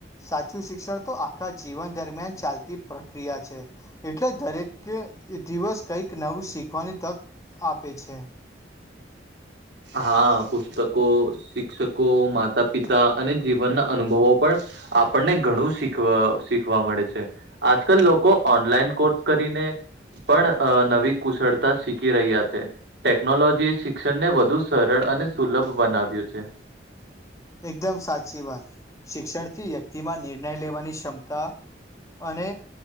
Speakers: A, on the left (about 15°); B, on the right (about 70°).
A: સાચું શિક્ષણ તો આખા જીવન દરમિયાન ચાલતી પ્રક્રિયા છે એટલે દરેકે દિવસ કઈક નવું શીખવાની તક આપે છે
B: હા પુસ્તકો શિક્ષકો માતા પિતા અને જીવનના અનુભવો પણ આપણને ઘણું શીખવા શીખવા મળે છે આજકાલ લોકો ઓનલાઈન કોર્સ કરીને પણ નવી કુશળતા શીખી રહ્યા છે ટેકનોલોજી શિક્ષણ ને વધુ સરળ અને સુલભ બનાવ્યું છે
A: એકદમ સાચી વાત શિક્ષણથી વ્યક્તિમાં નિર્ણય લેવાની ક્ષમતા અને